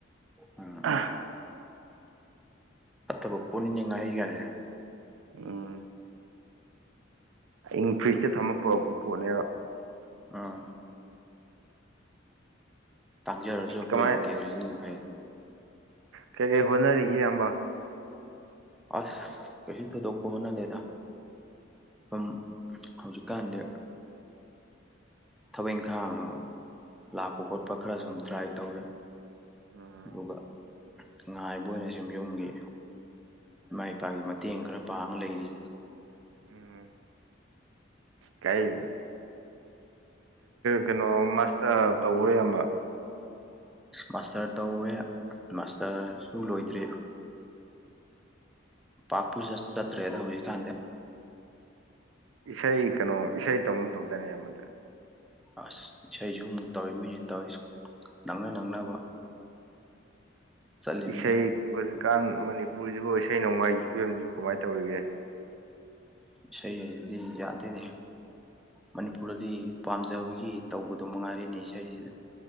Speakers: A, in the centre; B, on the right (about 85°).
A: ꯎꯝ
B: ꯑ <inaudible>
A: ꯐꯠꯇꯕ ꯄꯣꯠꯅꯤꯅꯦ ꯉꯥꯍꯩꯒꯁꯦ
B: ꯎꯝ ꯑꯍꯤꯡ ꯐ꯭ꯔꯤꯖꯇ ꯊꯝꯃꯒ ꯄꯨꯔꯛꯄ ꯄꯣꯠꯅꯦꯕ
A: ꯑꯥ ꯇꯥꯡꯖꯔꯁꯨ ꯑꯩꯈꯣꯏ
B: ꯀꯃꯥꯏ
A: ꯂꯣꯀꯦꯜꯒꯤꯁꯤꯅ ꯍꯦꯟꯅ ꯐꯩ
B: ꯀꯩ ꯀꯩ ꯍꯣꯠꯅꯔꯤꯒꯦ ꯢꯌꯥꯝꯕ
A: ꯑꯁ ꯀꯩꯂꯨ ꯊꯣꯢꯗꯣꯛꯄ ꯍꯣꯠꯅꯗꯦꯗꯥ ꯁꯨꯝ ꯍꯧꯖꯤꯛꯀꯥꯟꯗꯤ ꯊꯕꯛ ꯏꯪꯈꯥꯡ ꯂꯥꯛꯄ ꯈꯣꯠꯄ ꯈꯔ ꯁꯨꯝ ꯇ꯭ꯔꯥꯏ ꯇꯧꯋꯦ
B: ꯎꯝ
A: ꯑꯗꯨꯒ ꯉꯥꯏꯕ ꯑꯣꯏꯅ ꯁꯨꯝ ꯌꯨꯝꯒꯤ ꯏꯃꯥ ꯏꯄꯥꯒꯤ ꯃꯇꯦꯡ ꯈꯔ ꯄꯥꯡꯉ ꯂꯩꯔꯤ
B: ꯎꯝ ꯀꯥꯏ ꯀꯩꯅꯣ ꯃꯥꯁꯇꯔ ꯇꯧꯕꯔ ꯢꯌꯥꯝꯕ
A: ꯃꯥꯁꯇꯔ ꯇꯧꯔꯦ ꯃꯥꯁꯇꯔꯁꯨ ꯂꯣꯏꯗ꯭ꯔꯤ ꯄꯥꯛꯄꯨ ꯆꯠ ꯆꯠꯇ꯭ꯔꯦꯗ ꯍꯧꯖꯤꯛꯀꯥꯟꯗꯤ
B: ꯏꯁꯩ ꯀꯩꯅꯣ ꯏꯁꯩ ꯇꯧꯒꯨꯝ ꯇꯧꯗꯥꯢꯅꯦ ꯢꯌꯥꯝꯕꯁꯦ
A: ꯑꯁ ꯏꯁꯩꯁꯨ ꯑꯃꯨꯛ ꯇꯧꯔꯤꯃꯤꯅꯦ ꯅꯪꯅ ꯅꯪꯅꯕ ꯆꯠꯂꯤꯃꯤꯅꯦ
B: ꯏꯁꯩ ꯍꯧꯖꯤꯛꯀꯥꯟ ꯃꯅꯤꯄꯨꯔꯁꯤꯕꯨ ꯏꯁꯩ ꯅꯣꯡꯃꯥꯏꯒꯤ ꯐꯤꯕꯝꯁꯤꯕꯨ ꯀꯃꯥꯏꯅ ꯇꯧꯔꯤꯒꯦ
A: ꯁꯗꯤ ꯌꯥꯗꯅꯦ ꯃꯅꯤꯄꯨꯔꯗꯗꯤ ꯄꯥꯝꯖꯕꯒꯤ ꯇꯧꯕꯗꯣ ꯃꯉꯥꯏꯔꯦꯅꯦ ꯏꯁꯩꯁꯤꯗ